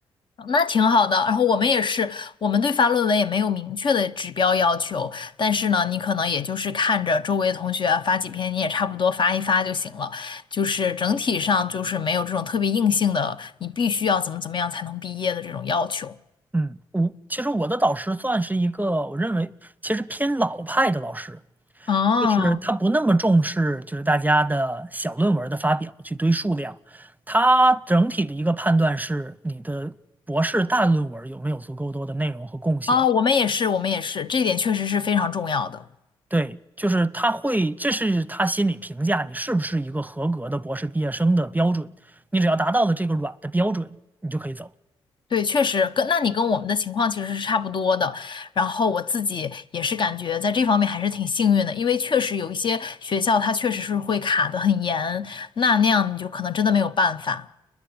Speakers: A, on the left (about 50°); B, on the right (about 15°).
A: 那挺好的。然后我们也是，我们对发论文也没有明确的指标要求，但是呢，你可能也就是看着周围同学啊发几篇，你也差不多发一发就行了。就是整体上就是没有这种特别硬性的，你必须要怎么怎么样才能毕业的这种要求。
B: 嗯，我其实我的导师算是一个，我认为其实偏老派的老师，
A: 哦，
B: 就是他不那么重视，就是大家的小论文的发表去堆数量，他整体的一个判断是你的博士大论文有没有足够多的内容和贡献。
A: 哦，我们也是，我们也是，这点确实是非常重要的。
B: 对，就是他会，这是他心里评价你是不是一个合格的博士毕业生的标准。你只要达到了这个软的标准，你就可以走。
A: 对，确实跟那你跟我们的情况其实是差不多的。然后我自己也是感觉在这方面还是挺幸运的，因为确实有一些学校它确实是会卡得很严，那那样你就可能真的没有办法。